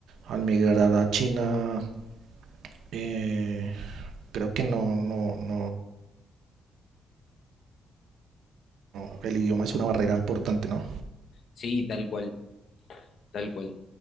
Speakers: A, on the right (about 75°); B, on the left (about 60°).
A: al migrar a China, eh, creo que no, no, no, no, el idioma es una barrera importante, ¿no?
B: Sí, tal cual, tal cual.